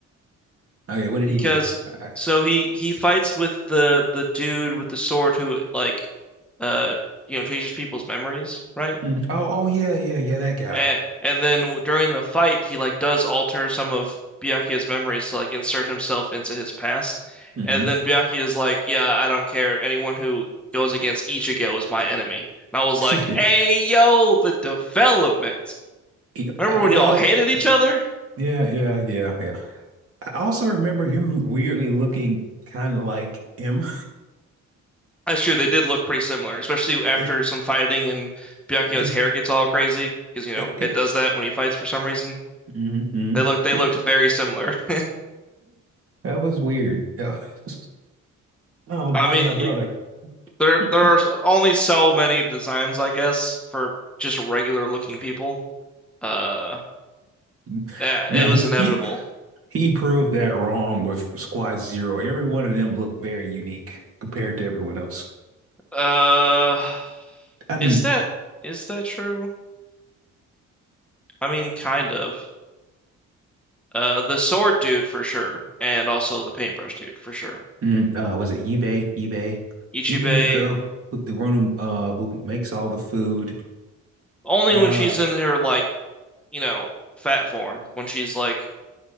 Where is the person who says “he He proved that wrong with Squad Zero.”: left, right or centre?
Right